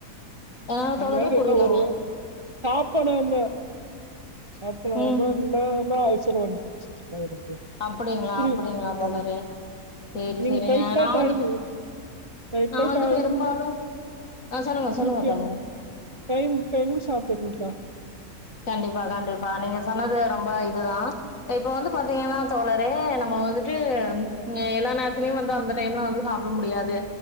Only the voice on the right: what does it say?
அதுலருந்து
என்ன வரும் சாப்பிடாம சாப்பிடாம
இருந்தா இப்டிதா அல்சர் வருது
புரியல
ஆமா
நீங்க
கரெக்ட்டா
டைம்
கரெக்டா
டைம்
டைம்
டைம் டைம்க்கு சாப்பிட்டுங்கக்கா